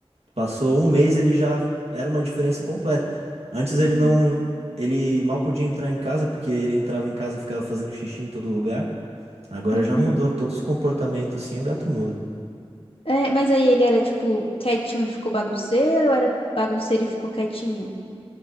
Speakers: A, on the right; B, on the left.
A: passou um mês, ele já era uma diferença completa. Antes ele
B: uhum,
A: não, ele mal podia entrar em casa, porque ele entrava em casa e ficava fazendo xixi em todo lugar. Agora
B: uhum.
A: já mudou, todos os comportamentos assim, o gato muda.
B: É, mas aí ele era, tipo, quietinho e ficou bagunceiro, ou era bagunceiro e ficou quietinho?